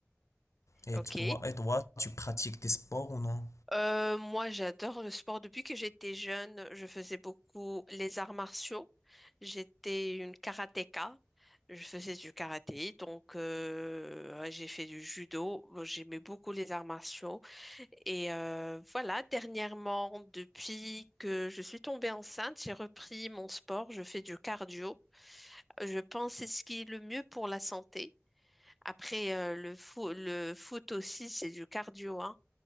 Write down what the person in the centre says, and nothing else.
ok.
Euh, moi, j'adore le sport. Depuis que j'étais jeune, je faisais beaucoup les arts martiaux. J'étais une karatéka. Je faisais du karaté, donc euh, ouais, j'ai fait du judo. J'aimais beaucoup les arts martiaux. Et euh, voilà, dernièrement, depuis que je suis tombée enceinte, j'ai repris mon sport, je fais du cardio. Je pense que c'est ce qui est le mieux pour la santé. Après, euh, le fo- le foot aussi, c'est du cardio, hein.